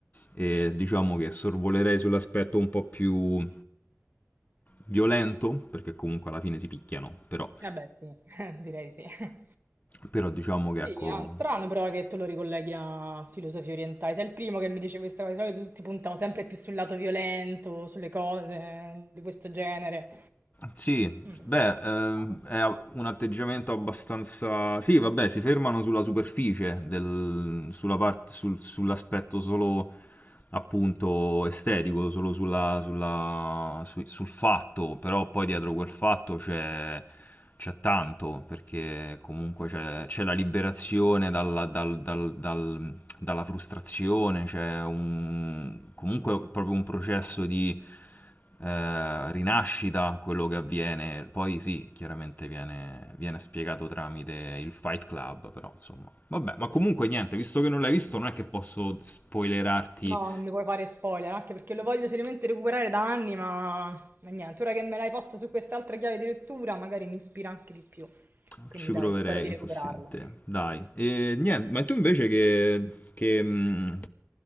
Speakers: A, on the left; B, on the right.
A: E diciamo che sorvolerei sull'aspetto un po' più violento, perché comunque alla fine si picchiano, però,
B: vabbè sì, <laughs> direi di sì.
A: però diciamo
B: Sì,
A: che ecco,
B: ah, strano però che tu lo ricolleghi a filosofie orientali. Sei il primo che mi dice questa cosa, di solito tutti puntano sempre più sul lato violento, sulle cose di questo genere.
A: Sì,
B: Mm,
A: beh, ehm,
B: Strano.
A: è un atteggiamento abbastanza... Sì, vabbè, si fermano sulla superficie, del- sulla parte- sul- sull'aspetto solo appunto estetico, solo sulla- sulla- su- sul fatto, però poi dietro quel fatto c'è, c'è tanto, perché comunque c'è, c'è la liberazione dalla, dal- dal- dal- dalla frustrazione, c'è un, comunque proprio un processo di eh, rinascita, quello che avviene. Poi sì, chiaramente viene, viene spiegato tramite il Fight Club, però insomma. Vabbè, ma comunque niente, visto che non l'hai visto non è che posso spoilerarti.
B: No, non mi puoi fare spoiler, anche perché lo voglio seriamente recuperare da anni, ma, ma niente, ora che me l'hai posta su quest'altra chiave di lettura, magari mi ispira anche di più. Quindi
A: Ci
B: dai,
A: proverei,
B: spero di recuperarlo.
A: fossi in te. Dai. E, niente, ma tu invece che... che mh,